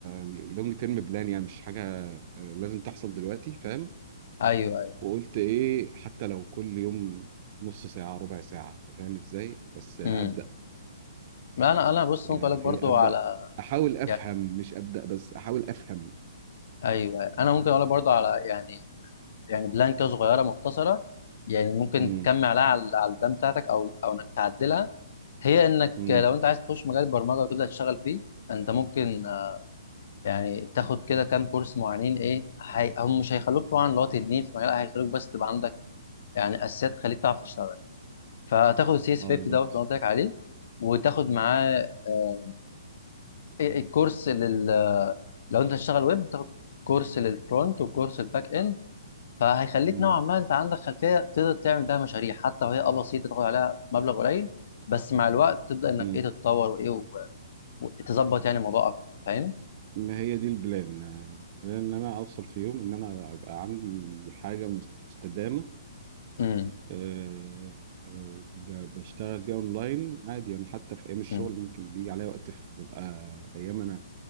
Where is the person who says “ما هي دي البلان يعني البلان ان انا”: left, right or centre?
Right